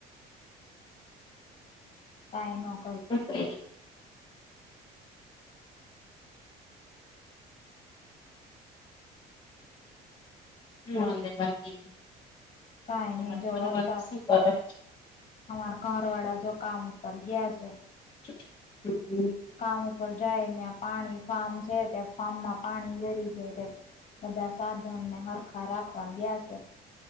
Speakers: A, on the left (about 45°); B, on the left (about 30°).
A: કાંઈ નો
B: હું કઈરી. હુ હાલે બાકી
A: કાઈ
B: તમારો
A: નહી જો
B: ઘરવાળો
A: વરસાદ
B: શું કરે.
A: અમાર ઘરવાળા જો કામ ઉપર ગીયા છે.
B: હમ્મ.
A: કામ ઉપર જાય ન્યાં પાણી ફાર્મ છે ત્યાં ફાર્મમાં પાણી રેડિ દે જાય. બધા સાધનને હરખા રાખવા ગયા છે.